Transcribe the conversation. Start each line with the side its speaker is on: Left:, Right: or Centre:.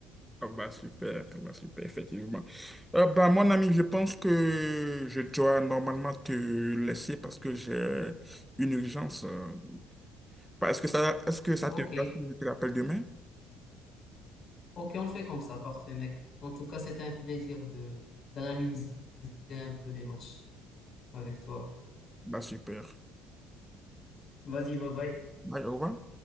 Centre: Ah bah, super, ah bah, super, effectivement. Euh, bah, mon ami, je pense que je dois normalement te laisser parce que j'ai une urgence. euh. Bah, est-ce que ça, est-ce que ça
Left: Ok,
Centre: te va si je te rappelle demain?
Left: ok, on fait comme ça, parfait, mec. En tout cas, c'était un plaisir de d'analyser un peu les matchs avec toi.
Centre: Bah, super.
Left: Vas-y, bye bye.
Centre: Bye, au revoir.